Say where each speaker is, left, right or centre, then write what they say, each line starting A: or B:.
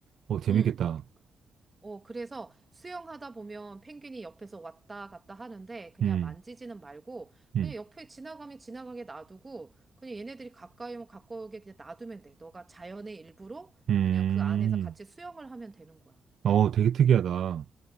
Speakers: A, on the right; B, on the right.
A: 어, 재밌겠다.
B: 응. 어, 그래서 수영하다 보면 펭귄이 옆에서 왔다 갔다 하는데 그냥
A: 음,
B: 만지지는 말고
A: 음,
B: 그냥 옆에 지나가면 지나가게 놔두고 그냥 얘네들이 가까이 오면 가까이 오게 그냥 놔두면 돼. 너가 자연의 일부로
A: 음.
B: 그냥 그 안에서 같이 수영을 하면 되는 거야.
A: 아, 어, 되게 특이하다.